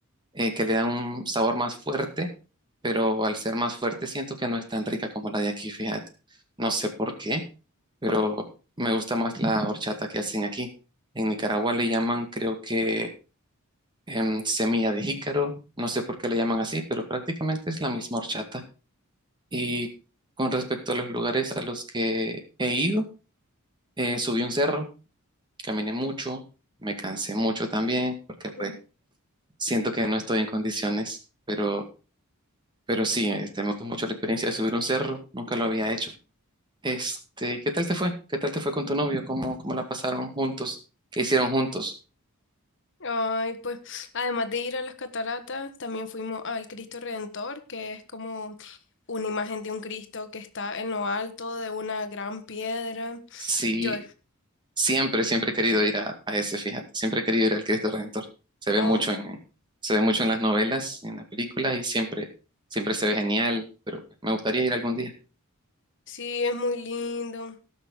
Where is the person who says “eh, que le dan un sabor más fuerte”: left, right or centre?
Right